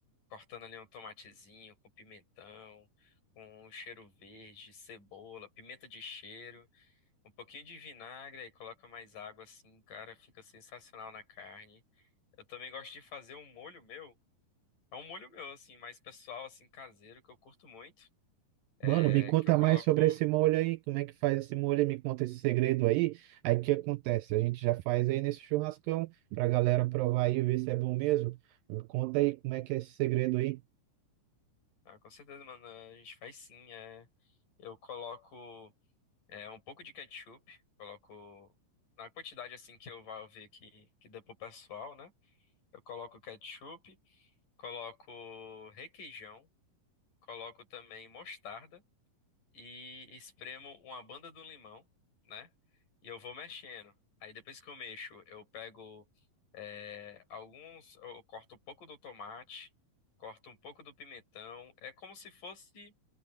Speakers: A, on the left (about 55°); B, on the right (about 80°).
A: cortando ali um tomatezinho, com pimentão, com um cheiro verde, cebola, pimenta de cheiro. Um pouquinho de vinagre, aí coloca mais água assim, cara, fica sensacional na carne. Eu também gosto de fazer um molho meu. É um molho meu, assim, mais pessoal, assim, caseiro, que eu curto muito. É,
B: Mano, me conta
A: que eu coloco.
B: mais sobre esse molho aí, como é que faz esse molho, aí, me conta esse segredo aí. Aí o que acontece? A gente já faz aí nesse churrascão pra galera provar aí e ver se é bom mesmo. Me conta aí como é que é esse segredo aí.
A: Ah, com certeza, mano, a gente faz sim. É, eu coloco é, um pouco de ketchup, coloco. Na quantidade assim que eu vou ver que, que dá pro pessoal, né? Eu coloco ketchup, coloco requeijão, coloco também mostarda. e espremo uma banda do limão, né? E eu vou mexendo. Aí depois que eu mexo, eu pego é, alguns, eu corto um pouco do tomate, corto um pouco do pimentão. É como se fosse